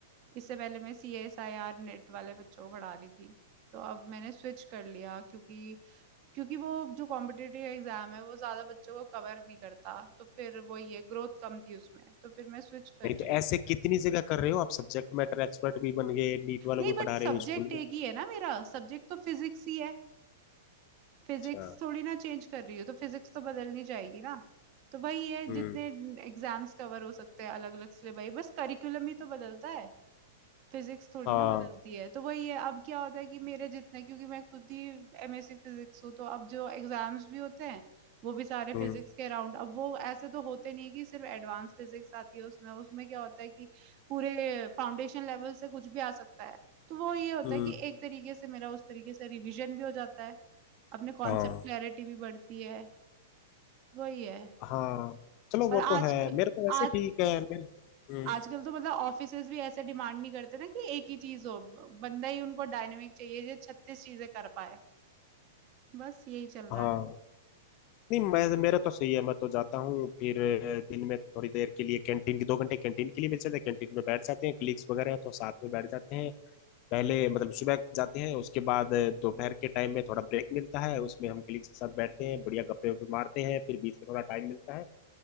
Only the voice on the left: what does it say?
नहीं
तो
ऐसे कितनी जगह कर रहे हो आप सब्जेक्ट मैटर एक्सपर्ट भी बन गए नीट वालों
को
पढ़ा रहे
हो स्कूल
में
अच्छा
हम्म
हाँ
हम्म
हम्म
हाँ
हाँ चलो वो
तो है मेरा तो वैसे
ठीक है मेरे हम्म
हाँ
नहीं मैं मेरा तो सही है मैं तो जाता हूँ फिर अ, दिन में थोड़ी देर के लिए कैंटीन की दो घंटे कैंटीन के लिए मिल जाते हैं कैंटीन में बैठ जाते हैं क्लिक्स वगैरह हैं तो साथ में बैठ जाते हैं पहले मतलब सुबह जाते हैं उसके बाद दोपहर के टाइम में थोड़ा ब्रेक मिलता है उसमें हम कलीग्स के साथ बैठते हैं बढ़िया गप्पे वप्पे मारते हैं फिर बीच में थोड़ा टाइम मिलता है